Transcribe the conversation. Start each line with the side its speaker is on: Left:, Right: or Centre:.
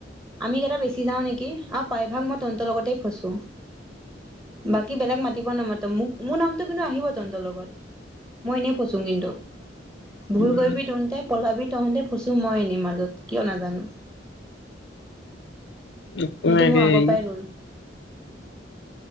Right: আমি কেইটা বেছি যাওঁ নেকি আৰু প্ৰায়ভাগ মই তহতৰ লগতেই ফচো। বাকী বেলেগ মাতিব নামা মোক, মোৰ নামটো কিন্তু আহিব তহতৰ লগত। মই এনেই পচো কিন্তু,
Left: উম
Right: ভুল কৰিবি তুহতে পলাবি তহঁতে ফচোঁ মই, এনেই মাজত কিয় নাজানো।
Left: একো
Right: সেইটো
Left: নাই
Right: মোৰ
Left: দেই
Right: আগৰ পৰাই ৰ'ল